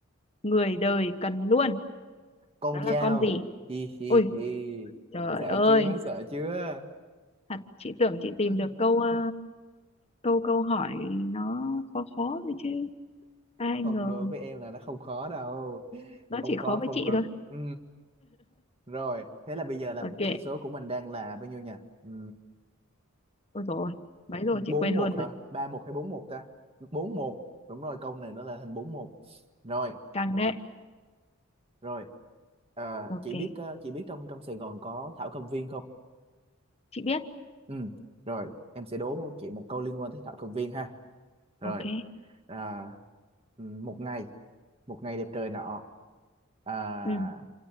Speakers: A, on the left; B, on the right.
A: người đời cần luôn.
B: con
A: Đó
B: dao
A: là con gì?
B: hi hi
A: Ôi
B: hi
A: Trời
B: sợ
A: ơi,
B: chưa sợ chưa
A: thật chị tưởng chị tìm
B: <laughs>
A: được câu ờ, câu câu hỏi nó khó khó thôi chứ. Ai
B: không
A: ngờ
B: đối với em là nó không khó đâu
A: nó
B: không
A: chỉ
B: khó
A: khó với
B: không
A: chị
B: khó
A: thôi.
B: ừ rồi thế là bây giờ là
A: Ok.
B: chỉ số của mình đang là bao nhiêu nhỉ ừ
A: Ôi rồi, mấy rồi
B: bốn
A: chị quên
B: một
A: luôn rồi.
B: hả ba một hay bốn một ta bốn một đúng rồi câu này nó là hình bốn một rồi
A: Căng đấy.
B: rồi à,
A: Ok,
B: chị biết ờ, chị biết trong trong Sài Gòn có Thảo Cầm Viên không
A: chị biết.
B: ừ rồi em sẽ đố chị một câu liên quan tới Thảo Cầm Viên ha rồi
A: Ok.
B: à, một ngày một ngày đẹp trời nọ à,
A: Ừ,